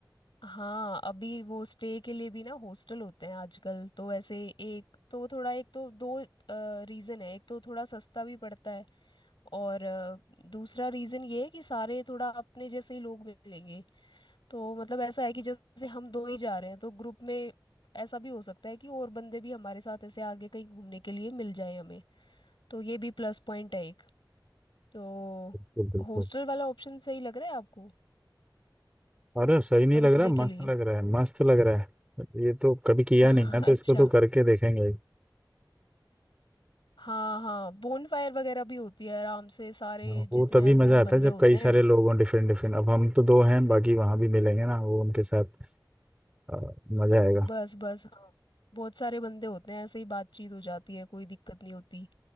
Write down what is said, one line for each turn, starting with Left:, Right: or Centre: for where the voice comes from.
Left: हाँ अभी वो स्टे के लिए भी ना हॉस्टल होते हैं आजकल तो ऐसे एक तो थोड़ा एक तो दो रीज़न है एक तो थोड़ा सस्ता भी पड़ता है और अ, दूसरा रीज़न ये है कि सारे थोड़ा अपने जैसे ही लोग मिलेंगे तो मतलब ऐसा है कि जैसे हम दो ही जा रहे हैं तो ग्रुप में ऐसा भी हो सकता है कि और बंदे भी हमारे साथ ऐसे आगे कहीं घूमने के लिए मिल जाए हमें तो ये भी प्लस पॉइंट है एक तो
Right: बिल्कुल बिल्कुल
Left: हॉस्टल वाला ऑप्शन सही लग रहा है आपको
Right: अरे सही नहीं लग
Left: रुकने
Right: रहा मस्त
Left: के लिए
Right: लग रहा है मस्त लग रहा है ये तो कभी किया
Left: <laughs>
Right: नहीं ना तो
Left: अच्छा
Right: इसको तो करके देखेंगे
Left: हाँ हाँ बोन फायर वगैरह भी होती है आराम से सारे
Right: हाँ, वो
Left: जितने
Right: तभी
Left: अननोन
Right: मजा आता
Left: बंदे
Right: है जब
Left: होते
Right: कई सारे
Left: हैं
Right: लोग हों डिफरेंट डिफरेंट अब हम तो दो हैं बाकी वहां भी मिलेंगे ना वो उनके साथ आ, मजा आएगा
Left: बस बस हाँ बहुत सारे बंदे होते हैं ऐसे ही बातचीत हो जाती है कोई दिक्कत नहीं होती